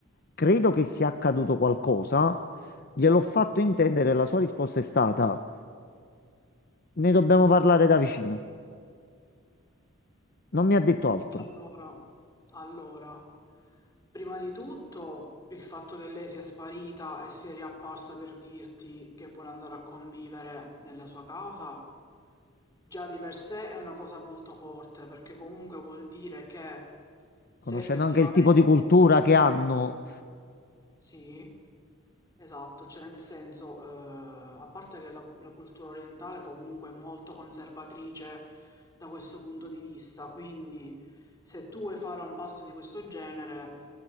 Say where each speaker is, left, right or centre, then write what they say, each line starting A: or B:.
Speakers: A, on the left; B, on the left.
A: credo che sia accaduto qualcosa, gliel'ho fatto intendere, e la sua risposta è stata, ne dobbiamo parlare da vicino. Non mi ha detto altro.
B: Allora, allora, prima di tutto il fatto che lei sia sparita e sia riapparsa per dirti che vuole andare a convivere nella sua casa, già di per sé è una cosa molto forte, perché comunque vuol dire che se
A: Conoscendo
B: effettivamente
A: anche il tipo di cultura che hanno,
B: sì, esatto, cioè nel senso, eh, a parte che la, la cultura orientale comunque è molto conservatrice da questo punto di vista, quindi se tu vuoi fare un pasto di questo genere